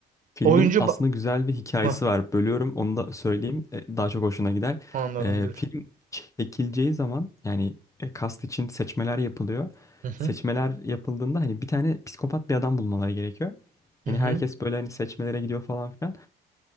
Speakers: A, on the left; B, on the right.
A: Filmin
B: Oyuncu ba-
A: aslında güzel bir hikayesi
B: Hıh,
A: var. Bölüyorum onu da söyleyeyim. E, Daha çok hoşuna gider.
B: anladım
A: E,
B: buyur.
A: film çekileceği zaman yani e, kast için seçmeler yapılıyor.
B: Hı hı.
A: Seçmeler yapıldığında hani bir tane psikopat bir adam bulmaları gerekiyor. Hani
B: Hı hı.
A: herkes böyle hani seçmelere gidiyor falan filan.